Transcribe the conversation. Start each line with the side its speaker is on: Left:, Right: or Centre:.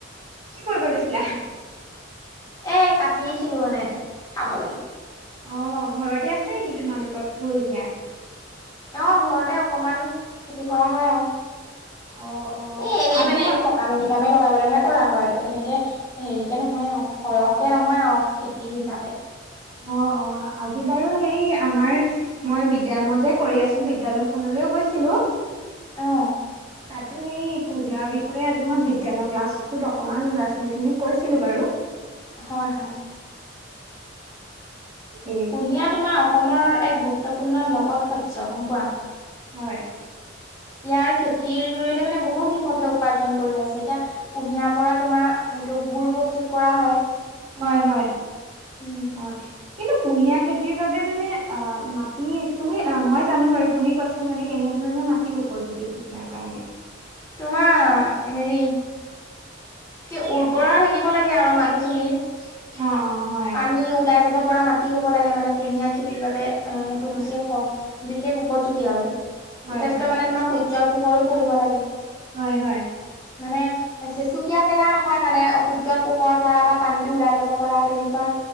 Right: কি কৰিব লৈছিলা?
Left: এ কাটিছিলো মানে, খাবলে।
Right: অ ঘৰতে আছে নেকি তোমালোকৰ, কুহিয়াৰ?
Left: অ ঘৰতে অকমান খেতি কৰা হয় আৰু।
Right: অ', অ',
Left: এ এনেই
Right: আজি
Left: মানে
Right: মই
Left: কামে নিকামে লগাবলৈহে কৰা হয়, তেনেকে হেৰি কে নহয় আৰু, সৰহকে নহয় আৰ, খেতি হিচাপে।
Right: অ-অ, আজি বাৰু হেৰি আমাৰ মই বিদ্যা মই যে কৰি আছো, বিদ্যালয়খনলৈও গৈছিলো।
Left: অ'।
Right: তাতো সেই কুহিয়াৰ বিষয়ে আজি মই বিজ্ঞানৰ ক্লাছটোত অকমান ল'ৰা ছোৱালীখিনিক কৈছিলো বাৰু।
Left: হয় হয়।
Right: উম <unintelligible>
Left: কুঁহিয়া তোমাৰ অসমৰ এক গুৰুত্বপূৰ্ণ নগদ শস্য, গম পোৱা!
Right: হয়।
Left: ইয়াৰ খেতিৰ জৰিয়তে মানে বহু কৃষকে উপাৰ্জন কৰি আছে, এতিয়া কুঁহিয়াৰ পৰা তোমাৰ সেইটো গুড় প্ৰস্তুত কৰা হয়।
Right: হয়-হয়,
Left: উম
Right: হয়, কিন্তু কুঁহিয়া খেতিৰ বাবে মানে, অ মাটি, তুমি অ মই জানো বাৰু, তুমি কোৱাচোন মানে কেনেধৰণৰ মাটি উপযোগী, কুহিয়াৰ কাৰণে?
Left: তোমাৰ, হেৰি কি উৰ্বৰা থাকিব লাগে আৰু মাটিখিনিৰ।
Right: অ অ হয়
Left: পানী ওলাই যাব পৰা মাটি হ'ব লাগে মানে কুঁহিয়াৰ খেতিৰ বাবে। অ সেইটো
Right: হয়
Left: বিশেষ, বিশেষ উপযোগী আৰু,
Right: হয়
Left: যথেষ্ট মানে তোমাক সু য্যৰ পোহৰোও পৰিব লাগে।
Right: হয়-হয়।
Left: মানে চেচুকীয়া জেগা নহয়, মানে সূৰ্যৰ পোহৰ পৰা বা পানীতো ওলাই যাব পৰা তেনেকুৱা,